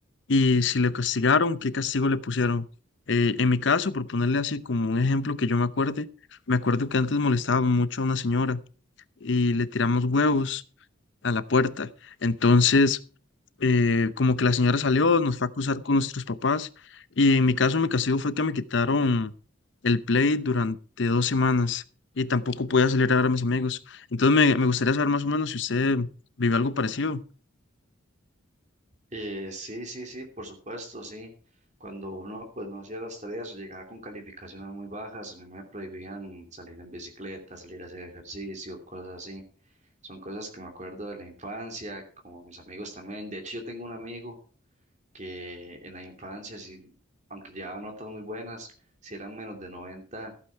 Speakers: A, on the left (about 60°); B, on the right (about 35°).
A: y si le castigaron, qué castigo le pusieron. Eh, en mi caso, por ponerle así como un ejemplo que yo me acuerde, me acuerdo que antes molestaba mucho a una señora y le tiramos huevos a la puerta. Entonces, eh, como que la señora salió, nos fue a acusar con nuestros papás y en mi caso mi castigo fue que me quitaron el Play durante dos semanas y tampoco podía salir a ver a mis amigos. Entonces me, me gustaría saber más o menos si usted vivió algo parecido.
B: Eh, sí, sí, sí, por supuesto, sí. Cuando uno pues no hacía las tareas o llegaba con calificaciones muy bajas, a mí me prohibían salir en bicicleta, salir a hacer ejercicio, cosas así. Son cosas que me acuerdo de la infancia, como mis amigos también. De hecho, yo tengo un amigo que en la infancia, sí, aunque llevaba notas muy buenas, si eran menos de 90,